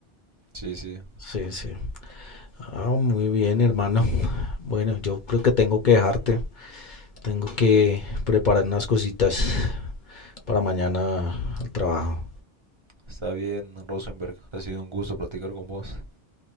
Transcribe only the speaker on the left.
Sí, sí. Ah, muy bien, hermano. Bueno, yo creo que tengo que dejarte. Tengo que preparar unas cositas. para mañana al trabajo.